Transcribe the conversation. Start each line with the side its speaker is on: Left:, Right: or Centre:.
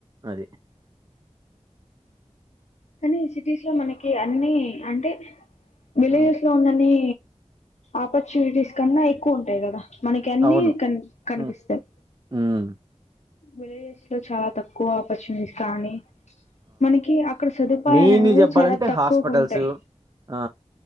Right: అది.
Left: కానీ సిటీస్ లో మనకి అన్ని అంటే విలేజెస్
Right: హ్మ్.
Left: లో ఉన్నని ఆపర్చునిటీస్ కన్నా ఎక్కువ ఉంటాయి కదా మనకి అన్ని
Right: అవును.
Left: కన్ కనిపిస్తాయి
Right: హ్మ్. హ్మ్.
Left: విలేజస్ లో చాలా తక్కువ అప్పుర్టునిటీస్ కానీ మనకి అక్కడ సదుపాయాలు
Right: మెయిన్లీ
Left: అనేవి
Right: చెప్పాలంటే
Left: చాలా తక్కువగా
Right: హాస్పిటల్స్
Left: ఉంటాయి
Right: ఆ